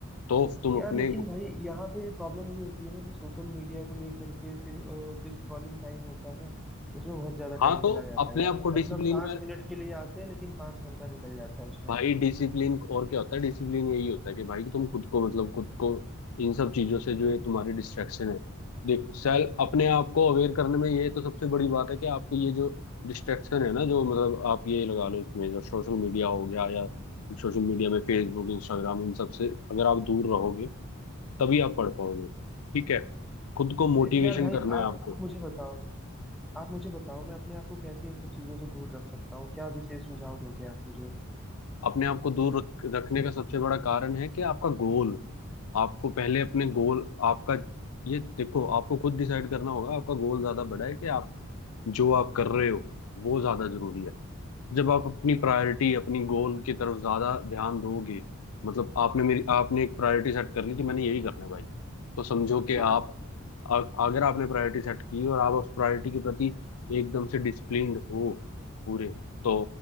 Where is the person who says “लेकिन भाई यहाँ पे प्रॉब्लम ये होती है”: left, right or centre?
Centre